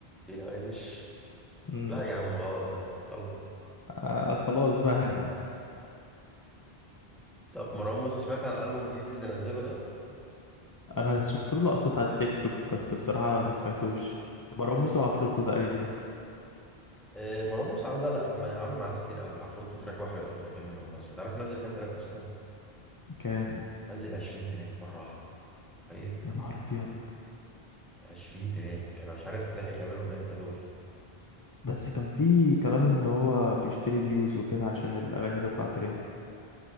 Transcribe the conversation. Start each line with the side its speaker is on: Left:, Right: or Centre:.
Centre: بيلي ايليش
Left: مم.
Centre: لا يا عم غلط ده غلط
Left: آه خلاص بقى
Centre: طب مروان موسى سمعت عن الألبوم الجديد اللي نزله ده
Left: <laughs> انا شفت له لقطات على التيك توك بس بصراحة ما سمعتوش مروان
Centre: نزل
Left: موسى وعفروتو تقريبا
Centre: آه، مروان موسى عامل لا لا ما- عامل مع ناس كتير قوي عفروتو تراك واحد او تراكين منهم بس انت عارف نزل كام تراك اصلا
Left: كام
Centre: نزل 20 تراك مره واحده تخيل
Left: يا نهار ابيض
Centre: 20 تراك انا مش عارف لحق يعملهم امتى دول
Left: بس كان في كلام ان هو بيشتري فيوز وكده عشان الاغاني تطلع ترند